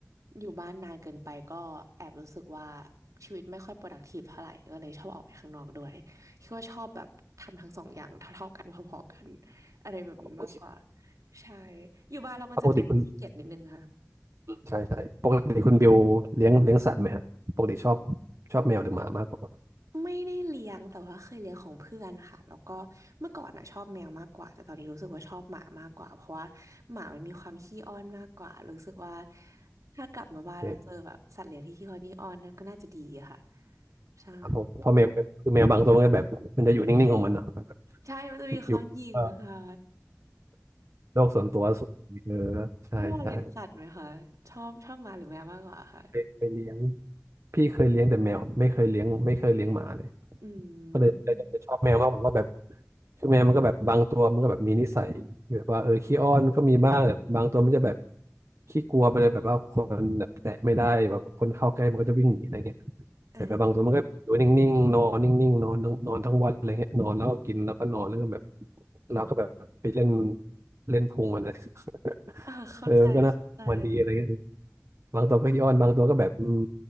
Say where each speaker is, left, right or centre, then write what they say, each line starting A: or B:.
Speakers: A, on the right (about 80°); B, on the right (about 60°).
A: อยู่บ้านนานเกินไปก็แอบรู้สึกว่าชีวิตไม่ค่อย productive เท่าไหร่ก็เลยชอบออกไปข้างนอกด้วยคิดว่าชอบแบบทำทั้งสองอย่างเท่าๆกันพอๆกันอะไรแบบนี้มากกว่า
B: โอเค
A: ใช่อยู่บ้านแล้วมันจะติดขี้เกียจนิดนึงค่ะ
B: แล้วปกติคุณ ใช่ใช่ปกติคุณบิวเลี้ยงเลี้ยงสัตว์ไหมฮะปกติชอบชอบแมวหรือหมามากกว่า
A: ไม่ได้เลี้ยงแต่ว่าเคยเลี้ยงของเพื่อนค่ะแล้วก็เมื่อก่อนน่ะชอบแมวมากกว่าแต่ตอนนี้รู้สึกว่าชอบหมามากกว่าเพราะว่าหมามันมีความขี้อ้อนมากกว่ารู้สึกว่าถ้ากลับมาบ้านเราเจอแบบสัตว์เลี้ยงที่ขี้อ้อนนี่อ้อนนั่นก็น่าจะดีอะค่ะ
B: โอเค
A: ใช่
B: ครับเพราะเพราะแมวคือแมวบางตัวมันก็แบบมันจะอยู่นิ่งๆของมันเนาะแบบ
A: ใช่มันจะมีความหยิ่งอะค่ะ
B: อยู่เอ่อโลกส่วนตัวสูงเออใช่ใช่
A: พี่ว่าเลี้ยงสัตว์ไหมคะชอบชอบหมาหรือแมวมากกว่าค่ะ
B: เคยเคยเลี้ยงพี่เคยเลี้ยงแต่แมวไม่เคยเลี้ยงไม่เคยเลี้ยงหมาเลย
A: อื
B: ก็เลยจะจะชอบแมวมากกว่าเพราะแบบ
A: ม
B: คือแมวมันก็แบบบางตัวมันก็แบบมีนิสัยแบบว่าเออขี้อ้อนก็มีบ้างแบบบางตัวมันจะแบบขี้กลัวไปเลยแบบว่าคนแบบแตะไม่ได้แบบคนเข้าใกล้มันก็จะวิ่งหนีอะไรเงี้ย
A: อ่า
B: แต่แบบบางตัวมันก็อยู่นิ่งๆนอนนิ่งๆนอนทั้งนอนทั้งวันอะไรเงี้ยนอนแล้วก็กินแล้วก็นอนแล้วก็แบบเราก็แบบไปเล่นเล่นพุงมันนะ
A: อ่าเข้าใจเข้าใจ
B: <laughs> เออมันก็น่ามันดีอะไรเงี้ยบางตัวก็ย้อนบางตัวก็แบบอืม